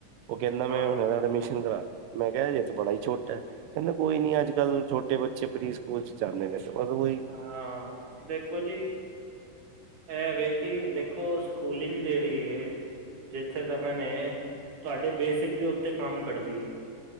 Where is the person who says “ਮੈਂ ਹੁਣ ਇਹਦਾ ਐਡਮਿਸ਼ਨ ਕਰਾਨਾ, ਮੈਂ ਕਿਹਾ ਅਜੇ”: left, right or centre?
Right